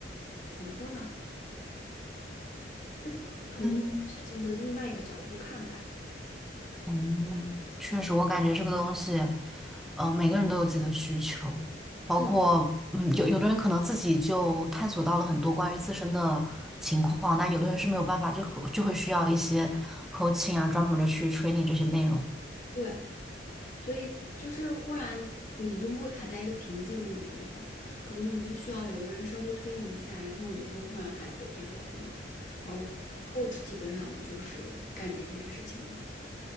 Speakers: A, on the left; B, in the centre.
A: 怎么说呢？就从事情的另外一个角度看吧。
B: 嗯。嗯，确实，我感觉这个东西，呃，每个人都有自己的需求，包括，
A: 嗯，
B: 嗯，有有的人可能自己就探索到了很多关于自身的情况，那有的人是没有办法，就可就会需要一些 coaching 啊，专门的去 training 这些内容。
A: 对。所以就是忽然你就会卡在一个瓶颈的那个地方，可能你就需要有一个人稍微推你一下，然后你就忽然海阔天空了。然后 coach 基本上就是干这件事情的。